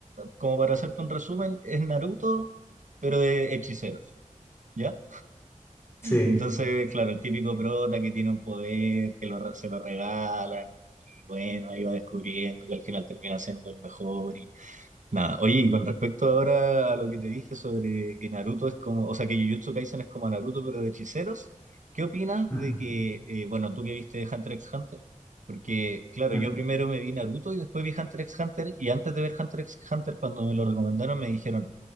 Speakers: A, on the right; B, on the left.
A: Como para hacerte un resumen, es Naruto, pero de hechiceros, ¿ya?
B: Sí.
A: Entonces, claro, el típico prota que tiene un poder, que lo re- se lo regalan y, y bueno, ahí va descubriendo que al final termina siendo el mejor y, Nada, oye, y con respecto ahora a lo que te dije sobre que Naruto es como, o sea, que Jujutsu Kaisen es como Naruto, pero de hechiceros, ¿qué opinas
B: Ajá,
A: de que, eh, bueno, tú que viste Hunter x Hunter? Porque, claro,
B: ajá.
A: yo primero me vi Naruto y después vi Hunter x Hunter, y antes de ver Hunter x Hunter, cuando me lo recomendaron, me dijeron,